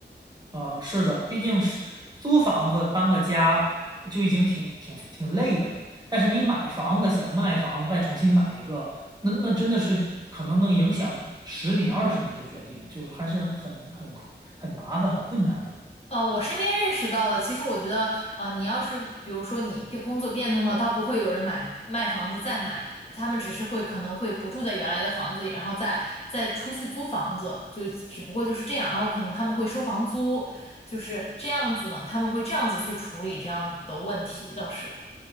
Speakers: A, on the right; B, on the left.
A: 呃，是的，毕竟是租房子搬个家就已经挺挺挺累的了，但是你买房子想卖房子再重新买一个，那那真的是可能能影响十年二十年的决定，就是还是很很困很麻烦很困难的。
B: 呃，我身边认识到的，其实我觉得，呃，你要是比如说你变工作变动了，倒不会有人买卖房子再买，他们只是会可能会不住在原来的房子里，然后再再出去租房子，就只不过就是这样，然后可能他们会收房租，就是这样子呢，他们会这样子去处理这样的问题，倒是。